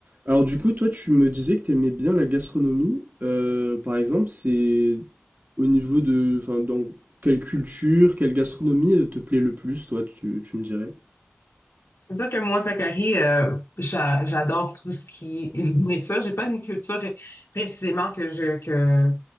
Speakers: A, on the right (about 45°); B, on the left (about 80°).
A: Alors du coup, toi, tu me disais que tu aimais bien la gastronomie. Euh, par exemple, c'est au niveau de, enfin, dans quelle culture, quelle gastronomie euh, te plaît le plus, toi, tu, tu me dirais.
B: C'est sûr que moi, Zachary, euh, j'a- j'adore tout ce qui est <laughs> nourriture. J'ai pas une culture précisément que je que